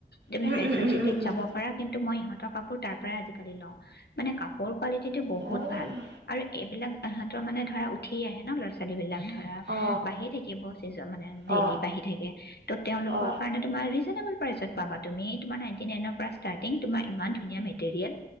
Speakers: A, on the left; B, on the right.
A: তুমি
B: উম
A: ফেশ্বন
B: উম উম
A: চিটিত
B: উম
A: যাব
B: উম
A: পাৰা কিন্তু মই ইহঁতৰ কাপোৰ তাৰ পৰাই আজিকালি লও। মানে কপোৰ কোৱালিটি যিটো বহুত।
B: উম
A: ভাল আৰু এইবিলাক এহতৰ মানে ধাৰা উঠি আহে ন ল'ৰা ছালী বিলাক।
B: অ
A: বাঢ়ি থাকিব চি মানে ডেইলি
B: অ অ
A: বাঢ়ি থাকে ত তেওঁলোকৰ
B: অ
A: কাৰণে তোমাৰ ৰিজেনেবোল প্ৰাইজত পাবা তুমি তোমাৰ নাইন্টি-নাইনৰ পৰা ষ্টাৰ্টিং তোমাৰ ইমান ধুনীয়া মেটেৰিয়েল।